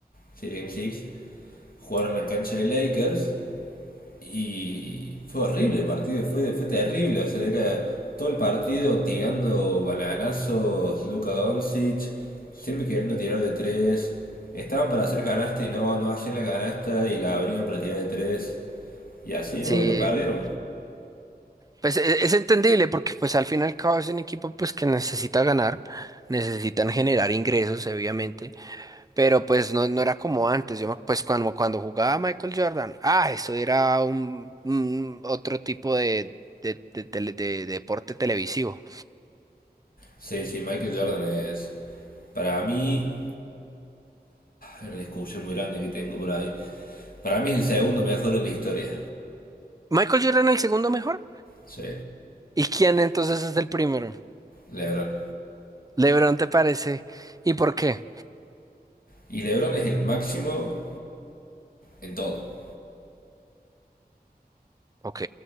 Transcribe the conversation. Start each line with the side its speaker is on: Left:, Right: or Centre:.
Left: sí, el Game 6, jugaron en la cancha de Lakers y fue horrible el partido, fue, fue terrible. O sea, era todo el partido tirando bananazos, Luka Doncic, siempre queriendo tirar de tres. Estaban para hacer canasta y no, no hacían la canasta y la abrían para tirar de tres. Y así,
Right: Sí,
Left: bueno, lo perdieron.
Right: Pues e- es entendible porque pues al fin y al cabo es un equipo pues que necesita ganar, necesitan generar ingresos obviamente, pero pues no, no era como antes, yo me- pues cuando, cuando jugaba Michael Jordan, ah, eso era un, un otro tipo de, de, de tele- de deporte televisivo.
Left: Sí, sí, Michael Jordan es, para mí, una discusión muy grande que tengo por ahí. Para mí es el segundo mejor de la historia.
Right: Michael Jordan el segundo mejor,
Left: Sí,
Right: ¿y quién entonces es el primero?
Left: LeBron.
Right: LeBron te parece, ¿y por qué?
Left: Y LeBron es el máximo en todo.
Right: Ok.